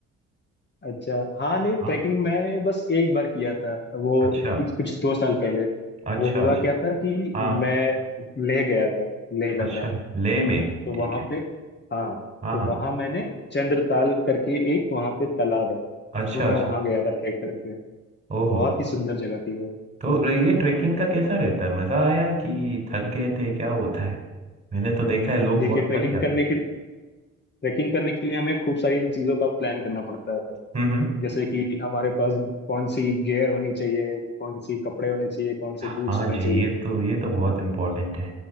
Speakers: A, on the left (about 35°); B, on the right (about 20°).
A: अच्छा हाँ नहीं ट्रैकिंग
B: हाँ
A: मैंने बस एक बार किया था वो
B: अच्छा
A: कुछ कुछ दो साल पहले
B: अच्छा
A: वो हुआ
B: अच्छा
A: क्या था कि
B: हाँ
A: मैं ले गया था लेह
B: अच्छा
A: लद्दाख
B: ले में
A: तो
B: ठीक
A: वहां
B: है
A: पे हाँ
B: हाँ
A: तो
B: हाँ
A: वहां मैंने चंद्रताल करके एक वहां पे तालाब है तो
B: अच्छा अच्छा
A: मैं वहां गया था ट्रैक करके
B: ओहो
A: बहुत ही सुंदर जगह थी वो
B: तो ये ट्रेकिंग का कैसा रहता है मजा आया कि थक गए थे क्या होता है मैंने तो देखा है लोग
A: देखिए
B: बहुत
A: ट्रैकिंग
B: थक जाते
A: करने के ट्रैकिंग करने के लिए हमें खूब सारी चीजों का प्लान करना पड़ता है
B: हम्म हम्म
A: जैसे कि हमारे पास कौन सी गियर होनी चाहिए कौन सी कपड़े होने चाहिए कौन
B: हाँ
A: से बूट्स होने
B: जी
A: चाहिए
B: ये तो ये तो बहुत इम्पोर्टेंट है